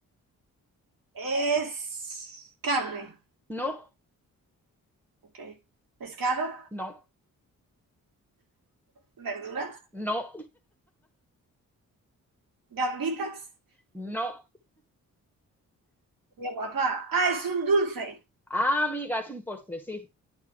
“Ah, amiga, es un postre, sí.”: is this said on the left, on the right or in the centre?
Centre